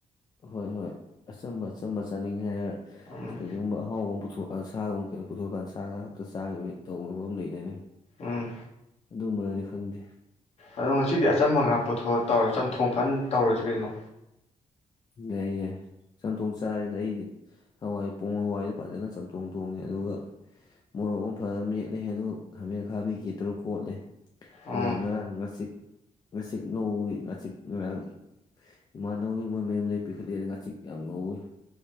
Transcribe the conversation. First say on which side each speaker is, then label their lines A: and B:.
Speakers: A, on the left; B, on the left.
A: ꯍꯣꯏ ꯍꯣꯏ ꯑꯆꯝꯕ ꯑꯆꯝꯕ ꯆꯥꯅꯤꯡꯉꯦ ꯍꯥꯏꯔ
B: ꯎꯝ
A: ꯀꯩꯒꯨꯝꯕ ꯑꯍꯥꯎꯕ ꯄꯨꯊꯣꯛ ꯁꯥꯒꯨꯝ ꯀꯩ ꯄꯨꯊꯣꯛꯑꯀꯥꯟꯗ ꯁꯥ ꯉꯥꯛꯇ ꯆꯥꯈꯤꯕꯒꯤ ꯇꯧꯕ ꯑꯃ ꯂꯩꯗꯥꯏꯅꯤ
B: ꯎꯝ
A: ꯑꯗꯨꯝꯕꯔꯗꯤ ꯈꯪꯗꯦ
B: ꯑꯗꯣ ꯉꯁꯤꯗꯤ ꯑꯆꯝꯕ ꯉꯥꯛ ꯄꯨꯊꯣꯛꯑ ꯇꯧꯔ ꯆꯝꯊꯣꯡ ꯐꯅ ꯇꯧꯔꯁꯤ ꯀꯩꯅꯣ
A: ꯂꯩꯌꯦ ꯆꯝꯊꯣꯡ ꯆꯥꯔꯦꯗ ꯑꯩꯗꯤ ꯍꯋꯥꯏ ꯄꯣꯡ ꯍꯋꯥꯏꯗꯨ ꯐꯖꯅ ꯆꯝꯊꯣꯡ ꯊꯣꯡꯉꯦ ꯑꯗꯨꯒ ꯃꯣꯔꯣꯛ ꯑꯃ ꯐꯖꯅ ꯃꯦꯠꯂꯦ ꯑꯗꯨꯗ ꯈꯥꯃꯦ ꯑꯈꯥꯕꯤꯒ ꯇꯧꯔꯒ ꯀꯣꯠꯂꯦ ꯑꯗꯨꯒ
B: ꯎꯝ
A: ꯉꯔꯥꯡ ꯉꯆꯤꯛ ꯉꯥꯆꯤꯛ ꯉꯧꯕꯒꯤ ꯉꯥꯆꯤꯛ ꯉꯔꯥꯡ ꯏꯃꯥꯟꯅꯕ ꯃꯣꯏ ꯃꯌꯨꯝꯗꯒꯤ ꯄꯤꯈꯠꯂꯦ ꯉꯥꯆꯤꯛ ꯌꯥꯝ ꯉꯧꯋꯤ